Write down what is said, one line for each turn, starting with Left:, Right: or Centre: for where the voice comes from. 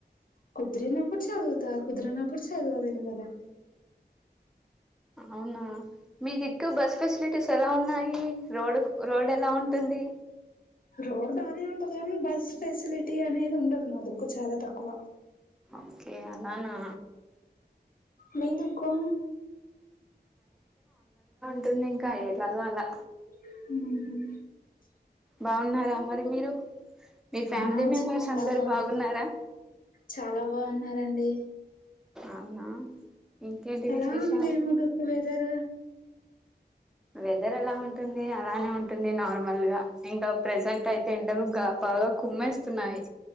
Left: కుదరనప్పుడు కుదిరినప్పుడు చదువుతా కుదరనప్పుడు చదవలేం కదా
Centre: అవునా మీది మీకు బస్ ఫెసిలిటీస్ ఎలా ఉన్నాయి రోడ్ రోడ్ ఎలా ఉంటుంది
Left: రోడ్ బాగానే ఉంటది కానీ బస్ ఫెసిలిటీ అనేది ఉండదు మా దకు చాలా తక్కువ
Centre: ఓకే అలాానా
Left: మీ దిక్కు
Centre: <unintelligible> అలాగో అలాగా
Left: హు
Centre: బాగున్నారా మరి మీరు మీ ఫ్యామిలీ
Left: ఆ
Centre: మెంబర్స్
Left: చాలా
Centre: అందరు
Left: బాగుంది
Centre: బాగున్నారా
Left: చాలా బాగున్నారంండి
Centre: అవునా ఇంకేంటి
Left: ఎలా
Centre: విశేషాలు
Left: ఉంది <unintelligible> జర
Centre: వెదర్ ఎలా ఉంటుంది అలానే ఉంటుంది నార్మల్ గా ఇంకా ప్రజెంట్ అయితే ఎండలుగా బాగా కుమ్మేస్తున్నాయి